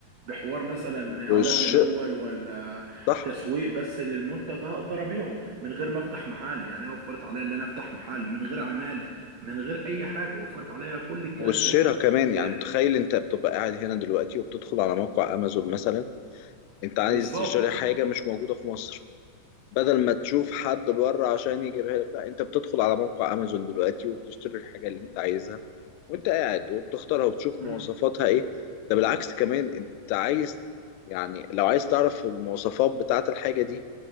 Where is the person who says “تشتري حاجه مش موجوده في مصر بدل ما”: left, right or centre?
Left